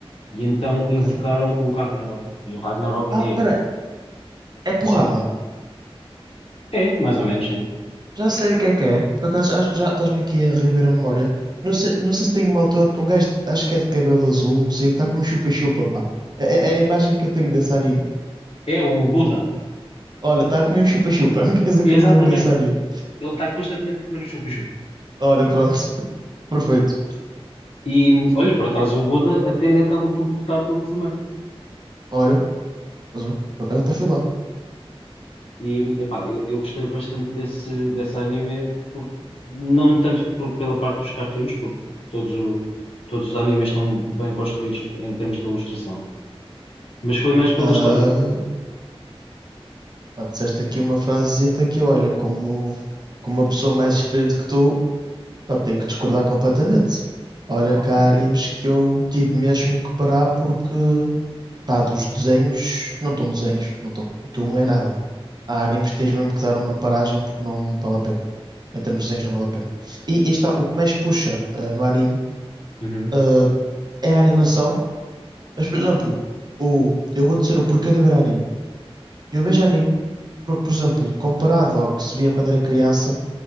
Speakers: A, on the left (about 70°); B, on the right (about 45°).
A: e então
B: ok.
A: invocaram o Ragnarok. E o Ragnarok
B: Ah,
A: é,
B: peraí. É porrada.
A: sim, é, mais ou menos, sim.
B: Já sei o que é que é. Por acaso, acho- já estás-me aqui a reviver a memória. Não sei, não sei se tenho uma altura. Um gajo, acho que é de cabelo azul, não sei, está com um chupa-chupa, pá. É, é é a imagem que eu tenho desse anime.
A: É o Buda.
B: Olha, está a comer um chupa-chupa. <laughs> É a única coisa
A: Exatamente.
B: que eu me lembro desse anime.
A: Ele está constantemente a comer o chupa-chupa.
B: Olha, pronto, <laughs> perfeito.
A: E olha, por acaso o Buda até acaba por lutar pelos humanos.
B: Olha, mas, olha, por acaso até fui lá.
A: E, epá, eu, eu gostei bastante desse, desse anime, por, não tanto por- pela parte dos cartoons, porque todos, o- todos os animes estão bem construídos em termos de ilustração, mas foi mais pela
B: Ah,
A: história.
B: pá, disseste aqui uma frasezita que, olha, como, como uma pessoa mais experiente que tu, pá, tenho que discordar completamente. Olha,
A: Ok.
B: que há animes que eu tive mesmo que parar porque, pá, dos desenhos, não estão desenhos, não estão. Aquilo não é nada. Há animes que tens mesmo que dar uma paragem porque não vale a pena. Em termos de desenhos, não vale a pena. E, e está, o que mais puxa ah, no anime
A: Uhum.
B: ah, é a animação Mas, por exemplo, o, eu vou dizer o porquê de ver anime. Eu vejo anime porque, por exemplo, comparado ao que se via quando era criança,